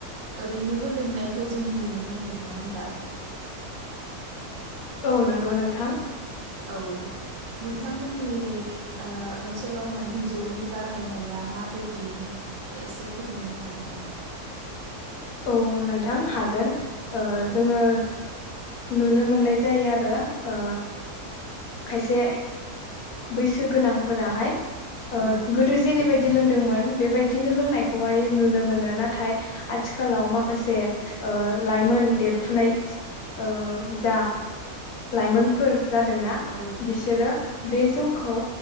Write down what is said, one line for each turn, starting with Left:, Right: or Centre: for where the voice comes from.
Right: ओरैनोबो लोंनायखौ जों नुनो मोनो। नङा होनबा?
Left: औ नंगौ नोंथां।
Right: औ नोंथांमोननि ओ ओनसोलाव माने जौनि बाहायनाया माबायदि नों एसे फोरमायनो हागोन नामा?
Left: औ नोंथां हागोन। ओ
Right: औ
Left: जोङो नुनो मोननाय जायो आरो ओ खायसे बैसो गोनांफोराहाय
Right: औ
Left: ओ गोदो जेरैबायदि दि लोंदोंमोन बेबायदिनो लोंनायखौहाय नुनो मोन नो नाथाय आथिखालाव माखासे ओ लाइमोन देरफुनाय ओ जा लाइमोनफोर जादोंना
Right: औ
Left: बिसोरो बे जौ खौ